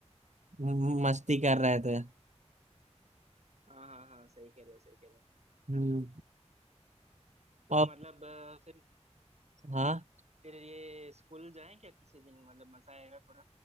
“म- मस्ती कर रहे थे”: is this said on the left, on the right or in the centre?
Right